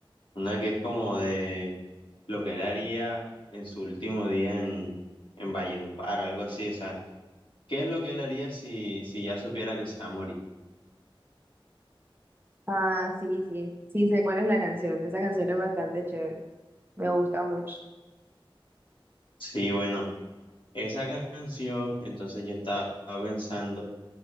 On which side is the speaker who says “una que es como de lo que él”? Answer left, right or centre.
Left